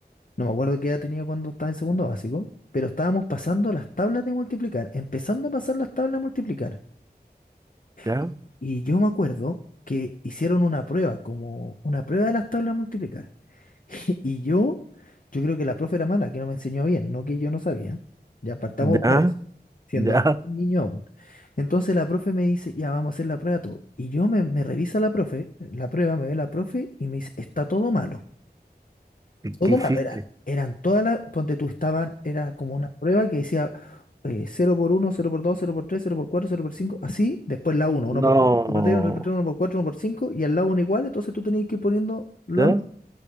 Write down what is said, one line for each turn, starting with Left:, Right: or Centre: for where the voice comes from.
Left: no me acuerdo qué edad tenía cuando estaba en segundo básico, pero estábamos pasando las tablas de multiplicar, empezando a pasar las tablas de multiplicar.
Right: ya,
Left: Y, y yo me acuerdo que hicieron una prueba, como una prueba de las tablas de multiplicar. <laughs> Y yo, yo creo que la profe era mala, que no me enseñó bien, no que yo no sabía. Ya partamos
Right: ya,
Left: por eso, siendo
Right: ya.
Left: un niño aún. Entonces la profe me dice, ya vamos a hacer la prueba todo. Y yo me, me revisa la profe, la prueba, me ve la profe y me dice, está todo malo.
Right: <laughs>
Left: Todo
Right: ¿Qué hiciste?
Left: malo eran. Eran todas las, ponte tú, estaban, era como una prueba que decía eh, 0 por uno cero por dos cero por tres cero por cuatro cero por 5 así, después la uno uno
Right: No,
Left: por dos 1 por 3, 1 por cuatro uno por 4, 1 por 5, y al lado uno igual, entonces tú tenías que ir poniendo los
Right: ¿ya?